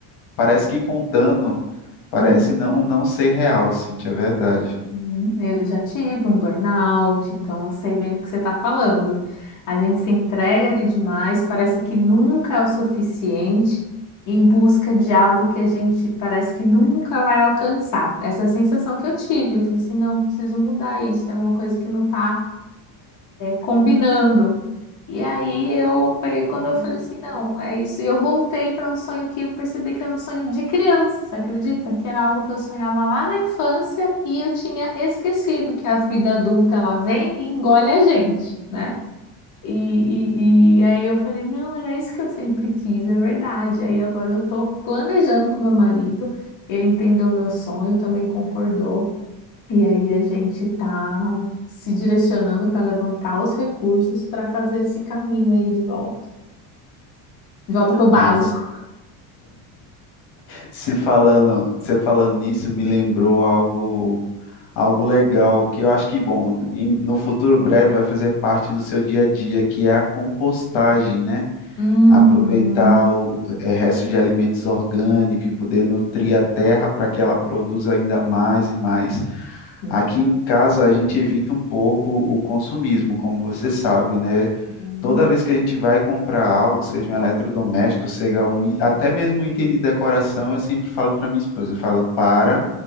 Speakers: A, on the left (about 65°); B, on the left (about 40°).
A: parece que contando, parece
B: Uhum.
A: não não ser real, Cintia, é verdade.
B: Hum, Eu já tive um burnout, então eu sei bem do que você está falando. A gente se entrega ali demais, parece que nunca é o suficiente em busca de algo que a gente parece que nunca vai alcançar. Essa é a sensação que eu tive, eu falei assim, não, preciso mudar isso, tem alguma coisa que não está combinando. E aí eu foi quando eu falei assim, não, é isso. E eu voltei para um sonho que eu percebi que era um sonho de criança, você acredita? Que era algo que eu sonhava lá na infância e eu tinha esquecido que a vida adulta ela vem e engole a gente, né? E, e, e aí eu falei, não, era isso que eu sempre quis, é verdade. Aí agora eu tô planejando com meu marido, ele entendeu o meu sonho, também concordou. E aí a gente tá se direcionando para levantar os recursos para fazer esse caminho aí de volta. De volta pro básico.
A: Ah, você você falando, você falando nisso me lembrou algo algo legal que eu acho que, bom, em- no futuro breve vai fazer parte do seu dia a dia, que é a compostagem, né?
B: Uhum.
A: Aproveitar o, o eh, resto de alimentos orgânicos e poder nutrir a terra para que ela produza ainda mais e mais.
B: Uhum.
A: Aqui em casa a gente evita um pouco o consumismo, como você sabe, né?
B: Uhum.
A: Toda vez que a gente vai comprar algo, seja um eletrodoméstico, seja um, i- até mesmo um item de decoração, eu sempre falo para minha esposa, eu falo, para,